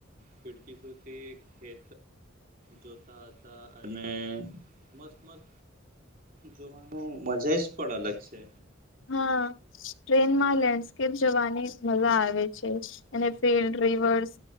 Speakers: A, on the right (about 45°); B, on the left (about 80°).
A: ખીડકી સુધી જોતા હતા અને મસ્ત મત જોવાનુ, મજા જ પણ અલગ છે.
B: હા, ટ્રેનમાં લેન્ડસ્કેપ જવાની મજા આવે છે, અને ફિલ્ડ રિવર્સ